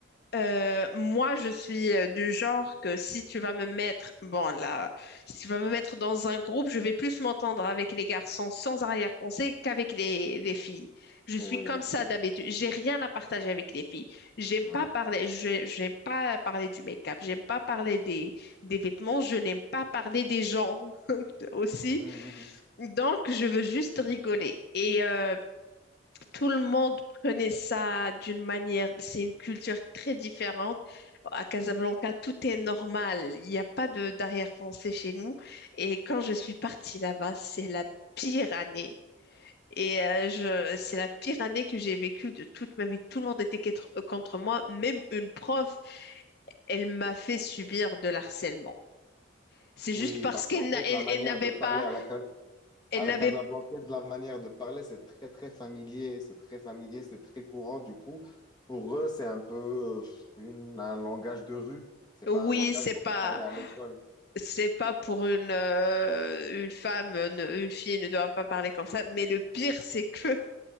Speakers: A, on the left; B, on the left.
A: Euh, moi, je suis euh, du genre que si tu vas me mettre, bon là, si tu vas me mettre dans un groupe, je vais plus m'entendre avec les garçons sans arrière-pensée qu'avec les, les filles. Je suis
B: Oui,
A: comme ça d'habitude. J'ai rien à partager avec les filles. J'aime
B: oui.
A: pas parler, je- j'aime pas parler du make-up, j'aime pas parler des, des vêtements, je n'aime pas parler des gens <laughs> aussi.
B: Mhm.
A: Donc, je veux juste rigoler. Et euh, tout le monde prenait ça d'une manière, c'est une culture très différente. À Casablanca, tout est normal. Il n'y a pas de d'arrière-pensée chez nous. Et quand je suis partie là-bas, c'est la pire année. Et euh, je, c'est la pire année que j'ai vécue de toute ma vie. Tout le monde était quêtre- contre moi. Même une prof, elle m'a fait subir de l'harcèlement. C'est
B: Oui,
A: juste parce
B: parce
A: qu'elle
B: qu'en
A: n'a-
B: fait,
A: elle,
B: la manière
A: elle n'avait
B: de parler
A: pas,
B: à la
A: elle
B: À
A: n'avait,
B: la Casablancaise, la manière de parler, c'est très, très familier, c'est très familier, c'est très courant. Du coup, pour eux, c'est un peu euh, une- un langage de rue. C'est
A: euh,
B: pas
A: oui,
B: un langage
A: c'est
B: qu'on
A: pas,
B: peut parler à l'école.
A: c'est pas pour une, euh, une femme, une, une fille ne doit pas parler comme ça. Mais le pire, c'est que